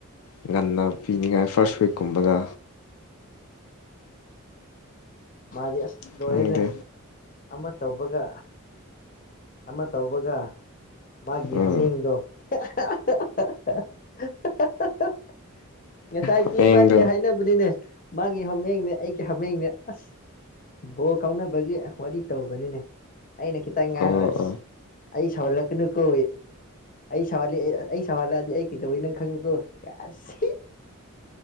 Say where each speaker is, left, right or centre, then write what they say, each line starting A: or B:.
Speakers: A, on the left (about 80°); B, on the left (about 40°).
A: ꯉꯟꯅ ꯄꯤꯅꯤꯉꯥꯏ ꯐꯥꯔꯁ ꯋꯤꯛꯀꯨꯝꯕꯒ
B: ꯃꯥꯗꯤ ꯑꯁ ꯂꯣꯏꯔꯦꯅꯦ
A: ꯈꯪꯗꯦ
B: ꯑꯃ ꯇꯧꯕꯒ ꯑꯃ ꯇꯧꯕꯒ ꯃꯥꯒꯤ
A: ꯎꯝ
B: ꯍꯥꯃꯦꯡꯗꯣ <unintelligible> ꯉꯁꯥꯏꯁꯨ
A: ꯍꯌꯦꯡꯗꯣ
B: ꯏꯕꯥꯅꯤ ꯍꯥꯏꯅꯕꯅꯤꯅꯦ ꯃꯥꯒꯤ ꯍꯥꯃꯦꯡꯅꯦ ꯑꯩꯒꯤ ꯍꯥꯃꯦꯡꯅꯦ ꯑꯁ ꯕꯣ ꯀꯥꯎꯅꯕꯒꯤ ꯋꯥꯔꯤ ꯇꯧꯕꯅꯤꯅꯦ ꯑꯩꯅ ꯈꯤꯇꯪ ꯉꯥꯡꯈꯨꯔꯦ
A: ꯑꯣ
B: ꯑꯁ
A: ꯑꯣ
B: ꯑꯩ ꯁꯧꯍꯜꯂꯛꯀꯅꯨ ꯀꯣ ꯑꯩ ꯁꯥꯎꯍꯜꯂꯛꯦ ꯁꯋꯥꯜꯂꯛꯑꯗꯤ ꯑꯩ ꯀꯩꯗꯧꯋꯤ ꯅꯪ ꯈꯪꯉꯨꯀꯣ ꯑꯁ